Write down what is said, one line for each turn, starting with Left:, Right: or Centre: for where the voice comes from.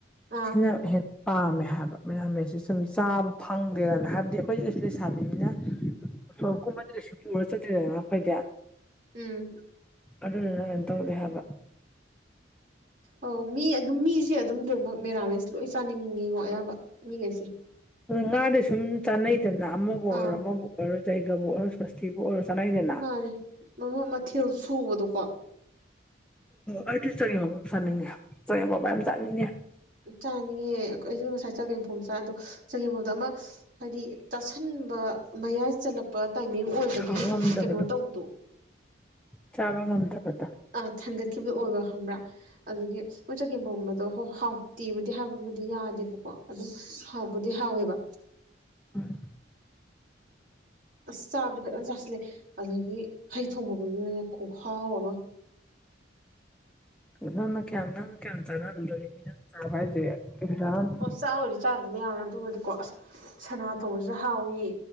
Right: ꯑꯥ
Centre: ꯁꯤꯅ ꯍꯦꯟ ꯄꯥꯝꯃꯦ ꯍꯥꯏꯕ ꯃꯦꯔꯥ ꯃꯦꯁ ꯁꯦ ꯁꯨꯝ ꯆꯥꯕ ꯐꯪꯗꯦꯗꯅ ꯍꯥꯏꯕꯗꯤ ꯑꯩꯈꯣꯏꯖꯦ ꯀꯩꯁꯨ ꯂꯩ ꯁꯥꯕꯤ ꯅ ꯎꯁꯣꯞ ꯀꯨꯝꯃꯗ ꯀꯩꯁꯨ ꯄꯨꯔꯥ ꯆꯠꯇꯦꯗꯅ ꯑꯈꯣꯏꯗꯦ
Right: ꯎꯝ
Centre: ꯑꯗꯨꯗꯨꯅ ꯀꯩꯅꯣ ꯇꯧꯗꯦ ꯍꯥꯏꯕ
Right: ꯑꯧ ꯃꯤ ꯑꯗꯨꯝ ꯃꯤꯖꯦ ꯑꯗꯨꯝ ꯂꯣꯏꯅꯃꯛ ꯃꯦꯔꯥꯃꯦꯁ ꯂꯣꯏ ꯆꯥꯅꯤꯡꯉꯤꯉꯣ ꯑꯌꯥꯝꯕ ꯃꯤꯒꯩꯁꯦ
Centre: ꯉꯥꯗꯥ ꯁꯨꯝ ꯆꯥꯅꯩꯗꯅ ꯑꯃꯕꯨ ꯑꯣꯏꯔꯣ
Right: ꯑꯥ
Centre: ꯑꯃꯕꯨ ꯑꯣꯏꯔꯣ ꯖꯩꯒꯕꯨ ꯑꯣꯏꯔꯣ ꯁꯣꯁꯇꯤꯕꯨ ꯑꯣꯏꯔꯣ ꯆꯥꯅꯩꯗꯅ
Right: ꯃꯥꯅꯦ <unintelligible> ꯃꯊꯦꯜ ꯁꯨꯕꯗꯣꯀꯣ
Centre: ꯑ ꯑꯩ ꯆꯒꯦꯝ ꯑꯃꯨꯛ ꯆꯥꯅꯤꯡꯉꯦ ꯆꯒꯦꯝ ꯄꯣꯝꯕ ꯃꯌꯥꯝ ꯆꯥꯅꯤꯡꯉꯦ
Right: ꯆꯥꯅꯤꯡꯉꯦ ꯑꯛ ꯑꯩꯖꯨ ꯉꯁꯥꯏ ꯆꯒꯦꯝꯄꯣꯝ ꯆꯥ ꯑꯗꯣ ꯆꯒꯦꯝꯄꯣꯕꯗꯣ ꯑꯃ ꯍꯥꯏꯗꯤ ꯇꯥꯁꯟꯕ ꯃꯌꯥꯏ ꯆꯠꯂꯛꯄ ꯇꯥꯏꯃꯤꯡ ꯑꯣꯏꯕꯒꯤ
Centre: ꯊꯥꯡ ꯉꯝꯗꯕꯗꯣ
Right: ꯀꯩꯅꯣ ꯇꯧꯕꯗꯣ
Centre: ꯆꯥꯕ ꯉꯝꯗꯕꯗꯣ
Right: ꯑ ꯊꯟꯒꯠꯈꯤꯕ ꯑꯣꯏꯕ ꯈꯪꯕ꯭ꯔꯥ ꯑꯗꯨꯒꯤ ꯃꯣꯏ ꯆꯒꯦꯝ ꯄꯣꯝꯕꯗꯣ ꯍꯣ ꯍꯥꯎꯇꯦꯕꯨꯗꯤ ꯍꯥꯏꯕꯕꯨꯗꯤ ꯌꯥꯗꯦꯕꯀꯣ ꯑꯗꯨꯝ ꯍꯥꯎꯕꯨꯗꯤ ꯍꯥꯎꯋꯦꯕ
Centre: ꯎꯝ
Right: ꯑꯁ ꯆꯥꯕꯗꯤ ꯐꯖꯅ ꯆꯥꯁꯤꯜꯂꯦ ꯑꯗꯒꯤ ꯍꯩ ꯊꯣꯡꯕꯒꯒꯅꯦ ꯈꯨꯍꯥꯎ ꯑꯃ
Centre: ꯅꯪꯅ ꯀꯌꯥꯝ ꯅꯪꯅ ꯀꯌꯥꯝ ꯆꯥꯅ ꯉꯝꯗꯧꯔꯤꯒꯦ ꯅꯪ ꯆꯥꯕ ꯍꯥꯏꯖꯦ ꯀꯩꯁꯨ ꯆꯥꯔꯝꯃꯣꯏ
Right: ꯑꯣ ꯆꯥꯕꯨꯗꯤ ꯆꯥꯗꯦꯗ ꯌꯥꯝ ꯌꯥꯝ ꯑꯗꯨꯕꯨꯗꯤꯀꯣ ꯑꯁ ꯁꯅꯥ ꯊꯣꯡꯕꯖꯨ ꯍꯥꯎꯌꯤ